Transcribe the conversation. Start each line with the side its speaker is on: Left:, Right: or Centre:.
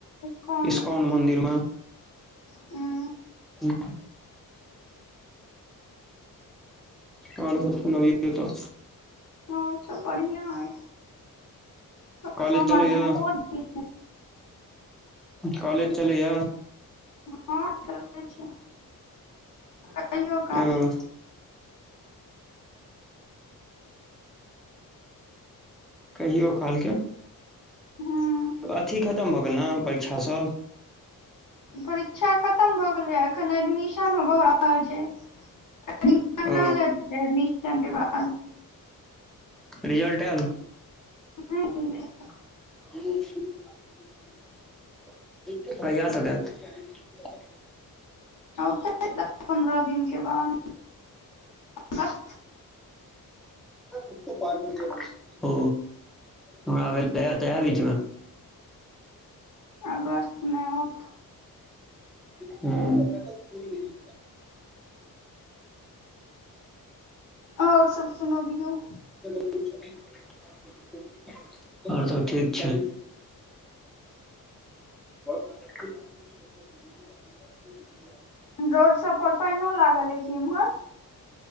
Left: ईसकोन
Centre: इस्कॉन
Left: टेम्पल
Centre: मंदिर में
Left: हुँ
Centre: <inaudible> आओर सब सुनबियौ तऽ
Left: आओर सब बढ़ियाँ अय परसु
Centre: कॉलेज
Left: हमर
Centre: चलैया
Left: जन्मो दिन
Centre: कॉलेज चलैय
Left: हँ चलै छै कहियो कालके
Centre: यो कहियो कालके
Left: हूं
Centre: अथी खतम भऽ गेल ने परीक्षा सब
Left: परीक्षा खतम भऽ गेलैये एखन एडमिशन भऽ रहल छै रिजल्ट
Centre: ओ
Left: हेतै एडमिशन के बाद
Centre: रिजल्ट एल
Left: <unintelligible>
Centre: <unintelligible>
Left: औतै दस पन्द्रह दिन के बाद दस
Centre: ओ हमरा भेल दै <unintelligible> त तऽ एहे बीचमे
Left: अगस्त मे आओत
Centre: हुँ <inaudible>
Left: आओर सब सुनबियौ
Centre: <inaudible> आओर सब ठीक छै <unintelligible>
Left: रोड सब पर पाइनो लागल हय की इम्हर